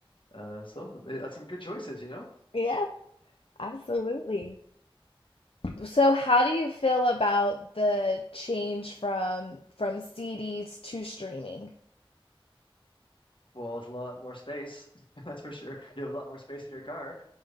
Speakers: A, on the left (about 60°); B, on the left (about 80°).
A: Uh, so they, that's some good choices, you know?
B: yeah, absolutely. So how do you feel about the change from from CDs to streaming?
A: Well, it's a lot more space, <laughs> that's for sure. You have a lot more space in your car.